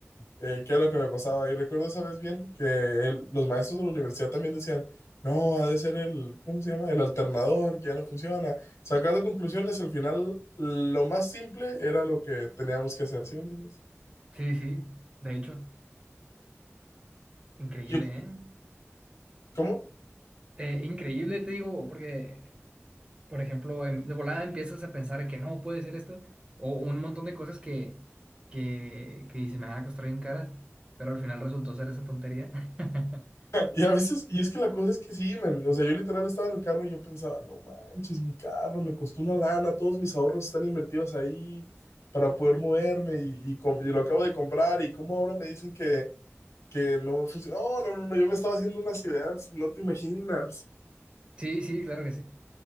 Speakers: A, on the left; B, on the right.
A: eh, qué era lo que me pasaba. Y recuerdo esa vez bien que el- los maestros de la universidad también decían, no, ha de ser el, ¿cómo se llama? El alternador, que ya no funciona. Sacando conclusiones, al final lo más simple era lo que teníamos que hacer, ¿sí me entiendes?
B: Sí, sí, de hecho, increíble,
A: Yo-
B: ¿eh?
A: ¿Cómo?
B: Eh, increíble, te digo, porque, por ejemplo, em- de volada empiezas a pensar que no puede ser esto, o un montón de cosas que, que, que se me van a costar bien caras, pero al final resultó ser esa tontería. <laughs>
A: <laughs> Y a veces, y es que la cosa es que sí, man, o sea, yo literal estaba en el carro y yo pensaba, no manches, mi carro me costó una lana, todos mis ahorros están invertidos ahí para poder moverme y, y com- y lo acabo de comprar y cómo ahora me dicen que, que no va a funcionar. No, no, no, no, yo me estaba haciendo unas ideas, no te imaginas.
B: Sí, sí, claro que sí.